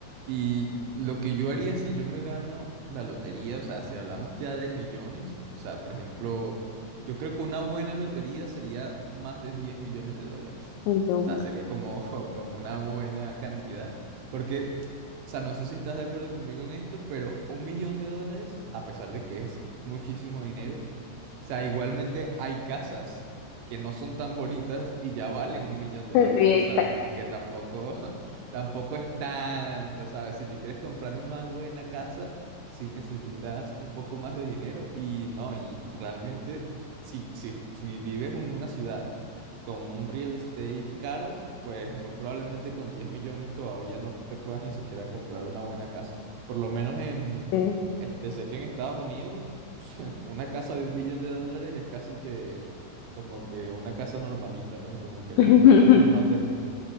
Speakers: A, on the right; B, on the left.
A: Y lo que yo haría si yo me gano la lotería, o sea, si hablamos ya de millones, o sea, por ejemplo, yo creo que una buena lotería sería más de 10 millones de dólares.
B: No,
A: O sea,
B: ma-
A: sería como, <laughs> como una buena cantidad. Porque, o sea, no sé si estás de acuerdo conmigo en esto, pero un millón de dólares, a pesar de que es muchísimo dinero, o sea, igualmente hay casas que no son tan bonitas y ya valen un millón de dólares,
B: directa.
A: ¿sabes? Como que tampoco, <laughs> tampoco es tanto, ¿sabes? Si te quieres comprar una buena casa, sí necesitas un poco más de dinero y no, y realmente, si, si, est- si vives en una ciudad con un real estate caro, pues muy probablemente con 10 millones todavía no te puedas ni siquiera comprar una buena casa. Por lo menos en,
B: eh.
A: este, sé que en Estados Unidos... <laughs> una casa de un millón de dólares es casi que como que una casa normalita, ¿no? Como que lo,
B: Ujú,
A: lo más normal del mundo.